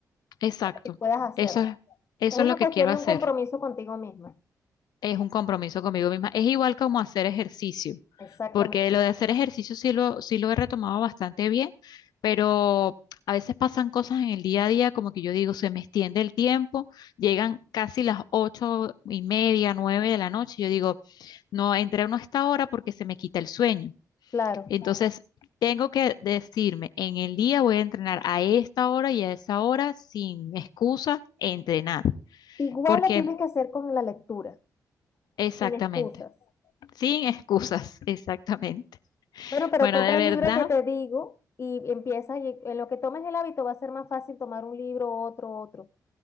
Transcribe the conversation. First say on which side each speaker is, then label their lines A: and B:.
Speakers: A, on the left (about 80°); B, on the left (about 40°).
A: Exacto.
B: para que puedas hacerlo.
A: Eso es, eso
B: Es una
A: es lo que
B: cuestión
A: quiero hacer.
B: de un compromiso contigo misma.
A: es un compromiso conmigo misma. Es igual como hacer ejercicio,
B: Exactamente.
A: porque lo de hacer ejercicio sí lo, sí lo he retomado bastante bien, pero a veces pasan cosas en el día a día, como que yo digo, se me extiende el tiempo, llegan casi las ocho y media, nueve de la noche, y yo digo, no entreno a esta hora porque se me quita el sueño.
B: Claro.
A: Entonces... Tengo que decirme, en el día voy a entrenar a esta hora y a esa hora sin excusa, entrenar,
B: Igual
A: porque
B: lo tienes que hacer con la lectura,
A: exactamente.
B: sin excusas.
A: Sin excusas, <laughs> exactamente.
B: Bueno, pero
A: Bueno,
B: compra
A: de verdad,
B: el libro que te digo y empieza, y en lo que tomes el hábito va a ser más fácil tomar un libro, otro, otro.